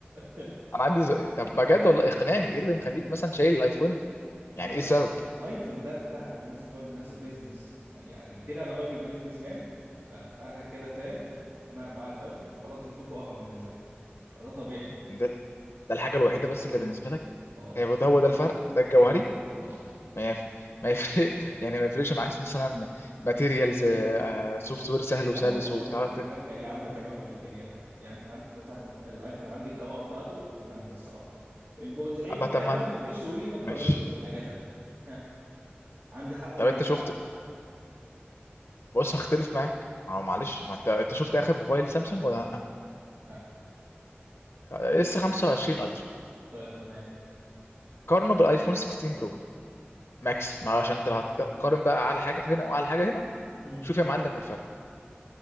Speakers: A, on the right (about 45°); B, on the left (about 75°).
A: <laughs>
B: <laughs> انا عندي سؤال. طب بجد والله اقنعني ايه اللي مخليك مثلا شايل الايفون
A: عشان
B: يعني ايه السبب
A: آي... ايفون ده بتاع الناس بتوع الناس البيزنس يعني يعني كده انا راجل بيزنس مان ف... فانا كده فاهم انا معايا الايفون فخلاص انتوا فقراء بالنسبه لي فده طبيعي
B: ده ده الحاجه الوحيده بس اللي بالنسبه لك
A: اه
B: هي ده هو ده الفرق ده الجوهري
A: اه اه
B: ما يف... ما يفرق <laughs> يعني ما يفرقش معاك مثلا ماتيريالز سوفت وير سهل
A: يا
B: وسلس
A: عم بص
B: وتعرف
A: بص
B: تت-
A: انا ك- يا عم هكلمك في الامكانيات عادي يعني انت عندك مثلا الايفون عندي الكاميرا بتاعته جامده الصراحه البورتريه
B: أبقى
A: بتاعه
B: طب ما انت
A: ما تجيش تقول لي ما تقارنهوش
B: ماشي
A: بحاجه تانية ها، عندي حق ولا
B: طب
A: ما عنديش
B: انت شفت
A: حق
B: بص هختلف معاك اه معلش ما انت انت شفت اخر موبايل سامسونج ولا لا
A: لا
B: آه، اس 25 الترا
A: طيب تمام
B: قارنه بالايفون 16 برو ماكس ما هو عشان انت لو هتقارن بقى اعلى حاجه هنا واعلى حاجه هنا
A: مم.
B: شوف يا معلم الفرق